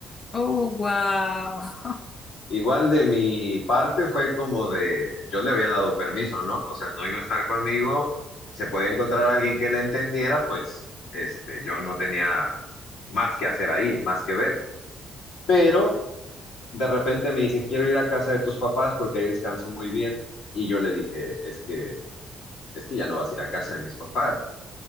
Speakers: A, on the left (about 40°); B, on the left (about 80°).
A: Oh, wow. <laughs>
B: Igual de mi parte fue como de, yo le había dado permiso, ¿no? O sea, no iba a estar conmigo, se podía encontrar a alguien que le entendiera, pues este, yo no tenía más que hacer ahí, más que ver. Pero de repente me dice, quiero ir a casa de tus papás porque ahí descanso muy bien. Y yo le dije, es que, es que ya no vas a ir a casa de mis papás.